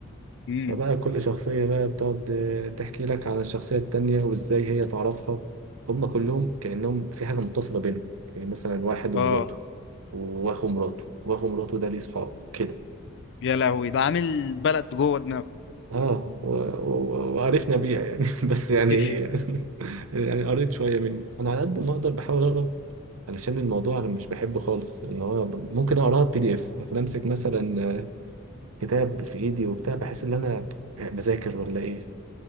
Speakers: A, on the left; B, on the right.
A: امم
B: فبقى كل شخصية بقى بتقعد آه، تحكي لك عن الشخصية التانية وإزاي هي تعرفها هما كلهم كأنهم في حاجة متصلة بينهم يعني مثلا واحد ومراته
A: اه
B: وأخو مراته وأخو مراته ده ليه صحاب كده
A: يا لهوي ده عامل بلد جوه دماغه
B: اه و- و- وعرفنا بيها يعني <laughs> بس يعني
A: <laughs>
B: ايه يعني <laughs> يعني قريت شويه منه انا على قد ما اقدر بحاول اقرا علشان الموضوع انا مش بحبه خالص ان هو ب- ممكن اقراها بي دي اف ممكن امسك مثلا آه، كتاب في ايدي وبتاع بحس ان انا آه، بذاكر ولا ايه